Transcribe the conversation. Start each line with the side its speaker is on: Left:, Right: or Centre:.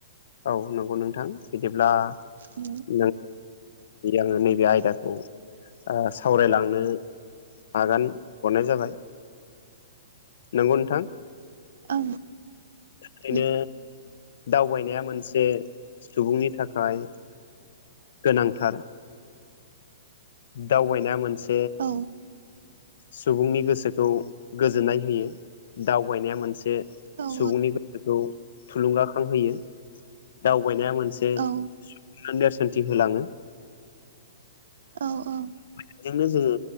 Left: औ नंगौ नोंथां बिदिब्ला
Right: उ
Left: नों आङो नैबे आयदाखौ सावरायलांनो आगान हरनाय जाबाय नंगौ नोंथां
Right: औ
Left: बेायनो
Right: उम
Left: दावबायनाया मोनसे सुबुंनि थाखाय गोनांथार दावबायनाया मोनसे
Right: औ
Left: सुबुंनि गोसोखौ गोजोननाय होयो दावबायनाया मोनसे
Right: औ
Left: सुबुंनि खौ थुलुंगाखांहोयो दावबायनाया मोनसे
Right: औ
Left: नेरसोनथि होलाङो
Right: औ औ
Left: बेजोंनो जोङो